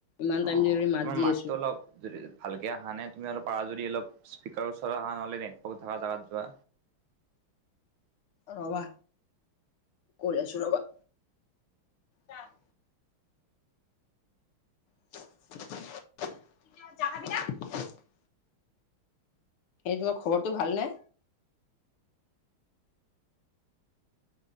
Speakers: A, on the left (about 85°); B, on the right (about 75°).
A: ইমান
B: অ'
A: টাইম যে মাত
B: তোমাৰ
A: দি
B: মাতটো
A: আছো।
B: অলপ যদি ভালকে অহা নে তুমি আৰু পাৰা যদি অলপ স্পিকাৰ ওচৰ অহা নহ'লে নেটৰ্ক থাকা জেগাত যোৱা।
A: ৰবা কৈ আছো ৰবা। অ <inaudible> <unintelligible> এই তোমাৰ খবৰটো ভাল নে?